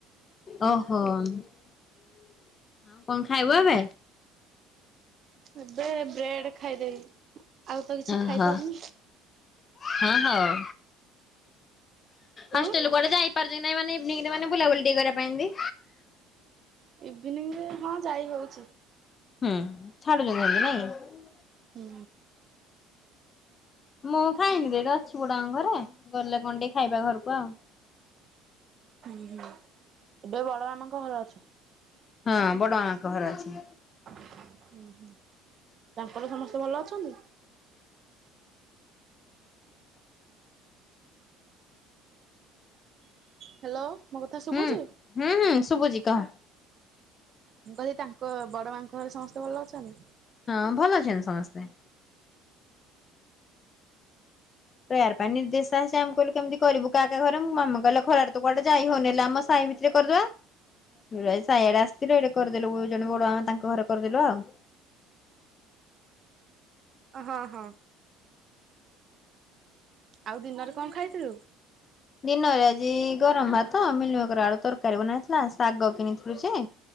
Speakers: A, on the left; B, on the right.
A: ଓହୋ ଆଉ କଣ ଖାଇବୁ ଏବେ?
B: ଏବେ ବ୍ରେଡ୍ ଖାଇଦେବି। ଆଉ ତ କିଛି
A: ଓହୋ
B: ଖାଇପାରୁନି।
A: ହ ହୋଉ
B: ତୁ
A: ହଷ୍ଟେଲକୁ କୁଆଡ଼େ ଯାଇପାରୁନି ନାଇଁ ମାନେ ଇଭିନଂରେ ମାନେ ବୁଲାବୁଲି ଟିକେ କରିବା ପାଇବି?
B: ଇଭିନିଂରେ ହଁ ଯାଇ ହେଉଚି।
A: ହୁଁ ଛାଡ଼ୁଚ ଯେମିତି ନାଁକି?
B: ହୁଁ
A: ମୁଁ ଖାଇନି ଦଟି ଅଛି ବୋଉଟାଙ୍କ ଘରେ ଗଲେ କଣ ଟିକେ ଖାଇବା ଘରକୁ ଆଉ।
B: ହୁଁ ହୁଁ ଏବେ ବଡ଼ ମାମାଙ୍କ ଘର ଅଛ।
A: ହଁ ବଡ଼ ମାମାଙ୍କ ଘରେ ଅଛି।
B: ଉଁ ହୁଁ ତାଙ୍କର ସମସ୍ତେ ଭଲ ଅଛନ୍ତି? ହାଲୋ ମୋ କଥା ଶୁବୁଚି?
A: ହୁଁ ହୁଁ ହୁଁ ଶୁବୁଚି କଁହ।
B: ମୁଁ କହିଲି ତାଙ୍କ ବଡ଼ ମାଙ୍କ ଘରେ ସମସ୍ତେ ଭଲ ଅଛନ୍ତି?
A: ହଁ ଭଲ ଅଛନ୍ତି ସମସ୍ତେ। ପ୍ରେୟାର୍ ପାଇଁ ନିର୍ଦେଶା ସେ ଆମ କଇଲୁ କେମିତି କରିବୁ କା କା ଘରେ ମୋ ମାମା କଇଲା ଖରାରେ ତୁ କୁଆଡ଼େ ଯାଇ ହଉନେଲା ଆମ ସାାଇ ଭିତରେ କରିଦବା। <unintelligible> ଇଆଡେ ଆସିଥିଲେ ଏଇଟେ କରିଦେଲୁ ଗୁରୁଜନ ବଡ ମା ତାଙ୍କ ଘରେ କରିଦେଲୁ ଆଉ।
B: ହଁ, ହଁ। ଆଉ ଦିନରେ କଣ ଖାଇଥିଲୁ?
A: ଦିନରେ ଆଜି ଗରମ ଭାତ ମିଲମଙ୍କର ଆଳୁ ତରକାରୀ ବନାହେଇଥିଲା, ଶାଗ କିଣିଥିଲୁ ଯେ